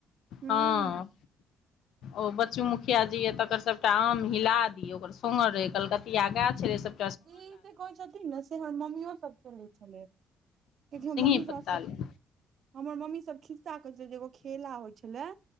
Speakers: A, on the right; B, on the left.
A: हूं
B: हँ ओ बच्चू मुखिया जी य तकर सबटा आम हिल ओकर सोहर रहे कलकतिया गाछ रहे सब
A: ई जे कहे छथिन ने से हमर मम्मियो सब खेले छले कियाकि हमर
B: सिंगही
A: मम्मीसब
B: पत्ताली
A: सबके हमर मम्मीसब खिस्सा कहैत छलै जे एगो खेला होइत छलै